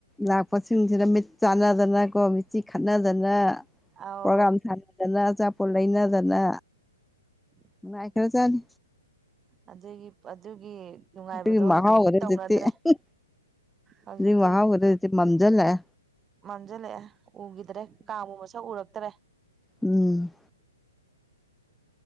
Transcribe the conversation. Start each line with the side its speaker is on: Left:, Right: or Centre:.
Centre: ꯂꯥꯛꯄꯁꯤꯡꯁꯤꯗ ꯃꯤꯠ ꯆꯥꯅꯗꯅꯀꯣ ꯃꯤꯠꯆꯤ ꯈꯠꯅꯗꯅ
Right: ꯑꯧ
Centre: ꯄ꯭ꯔꯣꯒꯥꯝ ꯊꯥꯅꯗꯅ ꯑꯆꯥꯄꯣꯠ ꯂꯩꯅꯗꯅ
Right: <inaudible>
Centre: ꯅꯨꯡꯉꯥꯏꯈꯔ ꯆꯥꯅꯤ
Right: ꯑꯗꯨꯒꯤ ꯑꯗꯨꯒꯤ ꯅꯨꯡꯉꯥꯏꯕꯗꯣ
Centre: ꯑꯗꯨꯏ ꯃꯍꯥꯎꯒꯇꯤ
Right: ꯇꯧꯅꯗ꯭ꯔꯦ
Centre: ꯍꯧꯖꯤꯛꯇꯤ ꯎꯝꯍ
Right: ꯍꯧꯖꯤꯛꯇꯤ
Centre: ꯑꯗꯨꯏ ꯃꯍꯥꯎꯒꯇꯤ ꯍꯧꯖꯤꯛꯇꯤ ꯃꯝꯖꯤꯜꯂꯛꯑꯦ
Right: ꯃꯥꯝꯖꯤꯜꯂꯛꯑꯦ ꯎꯒꯤꯗ꯭ꯔꯦ ꯀꯥꯕꯨꯛ ꯃꯁꯛ ꯎꯔꯛꯇꯔꯦ
Centre: ꯎꯝ